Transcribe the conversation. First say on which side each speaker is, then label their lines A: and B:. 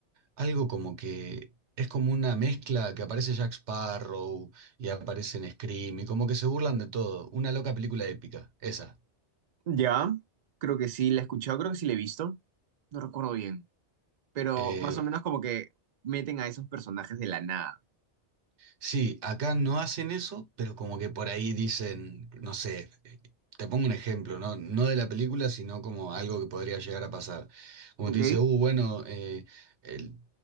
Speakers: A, on the right; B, on the right.
A: Algo como que es como una mezcla que aparece Jack Sparrow y aparece en Scream y como que se burlan de todo, una loca película épica, esa.
B: Ya, creo que sí la he escuchado, creo que sí la he visto, no recuerdo bien, pero
A: Eh,
B: más o menos como que meten a esos personajes de la nada,
A: Sí, acá no hacen eso, pero como que por ahí dicen, no sé, eh, te pongo un ejemplo, ¿no? No de la película, sino como algo que podría llegar a pasar. Como
B: ¿ok?
A: te dice, uh, bueno, eh, el,